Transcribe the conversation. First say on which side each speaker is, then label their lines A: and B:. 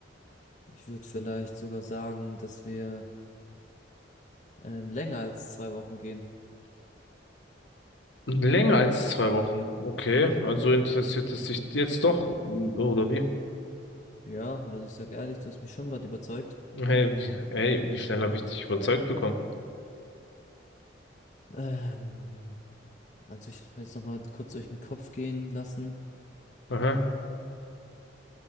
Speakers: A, on the left; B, on the left.
A: ich würde vielleicht sogar sagen, dass wir ähm, länger als zwei Wochen gehen.
B: Länger als zwei Wochen. Okay, also interessiert es dich jetzt doch, oder wie?
A: Ja, also ich sag ehrlich, du hast mich schon gerade überzeugt.
B: Hey, wie, hey, wie schnell habe ich dich überzeugt bekommen?
A: Ähm, also ich habe mir jetzt nochmal kurz durch den Kopf gehen lassen.
B: Aha.